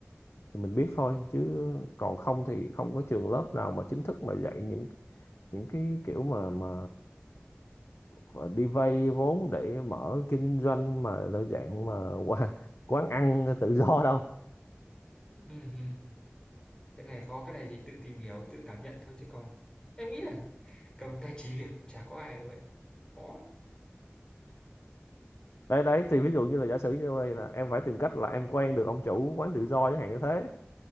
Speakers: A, on the left (about 80°); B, on the left (about 20°).
A: thì mình biết thôi chứ còn không thì không có trường lớp nào mà chính thức mà dạy những những cái kiểu mà mà và đi vay vốn để mở kinh doanh mà đơn dạng mà <laughs> quán, quán ăn tự do đâu
B: Ừm, Cái này khó, cái này thì tự tìm hiểu, tự cảm nhận thôi chứ còn em nghĩ là cầm tay chỉ việc cũng chả có ai đâu ấy. Khó lắm.
A: đấy đấy thì ví dụ như là giả sử như vậy là em phải tìm cách là em quen được ông chủ quán tự do chẳng hạn như thế